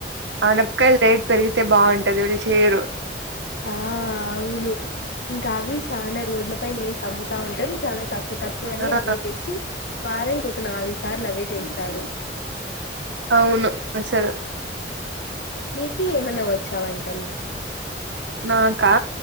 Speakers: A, on the right (about 80°); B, on the left (about 70°).
A: అనపకాయల్ రేట్ పెరిగితే బాగుంటది వీళ్ళు చేయరు
B: ఆ అవును ఇంకా అవి చాల రోడ్ల పైన నీస్ అమ్ముతా ఉంటారు చాలా తక్కువ తక్కువ అని
A: ఆ
B: అవే తెచ్చి వారన్కి ఒక నాలుగు సార్లు అవే చేస్తారు
A: అవును అసలు
B: నీకి ఏమైనా వచ్చావంటలు
A: నాకా